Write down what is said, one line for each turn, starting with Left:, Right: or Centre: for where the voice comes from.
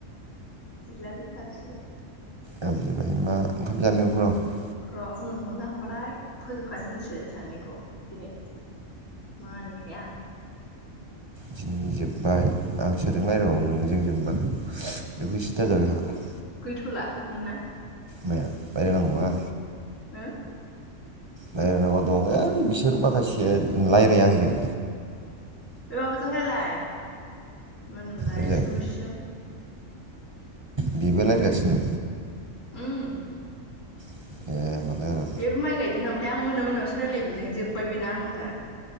Left: गैलालै गाबजिबाय।
Right: गाबज्रिबाय मा ओंखाम जानो लिंहरखोना माखो।।
Left: र'ओं ओंखाम जाखांबाथाय फोजोबखानोसै मिथिबाय जों सानैनिखौ दिनै। मा निखाया।
Right: दिनै जोबबाय आं सोजों रायज्लायबावो नोंजों जोब्बा बेखौ सिन्था जाबाय आंहा।
Left: गैथ'ला नोंना?
Right: माया बायनांगौ आ
Left: हो
Right: रायलायनांगौ दं ओइ बिसोर माखासे रायलाया आंजों
Left: बे माबाजों रायलाय मा होनोमोनलाय
Right: ओरैजाय
Left: सुमेसजों।
Right: बेबो रायलायगासिनो।
Left: उम
Right: ए माला र'
Left: बेबो माइ गायदों नामाथाय आं मोना मोनायावसो रायलायो बिजों जोब्बाय बेना आं दा